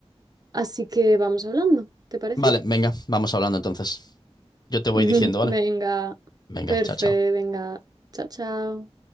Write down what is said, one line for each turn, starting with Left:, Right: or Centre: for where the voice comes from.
Right: Así que vamos hablando, ¿te parece?
Left: Vale, venga, vamos hablando entonces. Yo te voy
Right: <laughs>
Left: diciendo, ¿vale?
Right: Venga,
Left: Venga,
Right: perfecto,
Left: chao, chao.
Right: venga. Chao, chao.